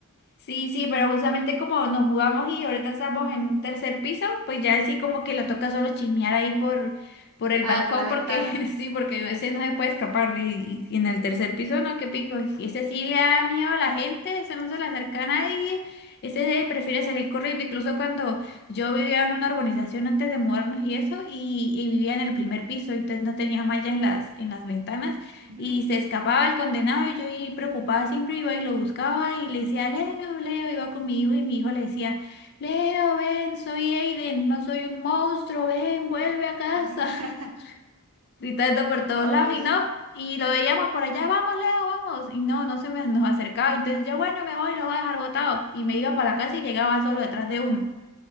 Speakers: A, on the left; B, on the right.
A: Sí, sí, pero justamente como nos mudamos y ahorita estamos en un tercer piso, pues ya así como que le toca solo chismear ahí por, por el
B: Ah,
A: balcón,
B: por la ventana.
A: porque <laughs> sí, porque ese no se puede escapar. Y, y en el tercer piso, no, qué pico. Y ese sí le da miedo a la gente, ese no se le acerca a nadie, ese prefiere salir corriendo. Incluso cuando yo vivía en una urbanización antes de mudarnos y eso, y, y vivía en el primer piso, entonces no tenía malla en las, en las ventanas.
B: Ujú.
A: Y se escapaba el condenado y yo ahí preocupada siempre iba y lo buscaba y le decía, Leo, Leo, iba con mi hijo y mi hijo le decía, Leo, ven, soy Aiden, no soy un monstruo, ven, vuelve a casa,
B: <laughs>
A: <laughs> gritando por todos
B: Ay,
A: lados y
B: sí.
A: no, y lo veíamos por allá, vamos, Leo, vamos, y no, no se me, nos acercaba, entonces yo, bueno, me voy, lo voy a dejar botado y me iba para la casa y llegaba solo detrás de uno.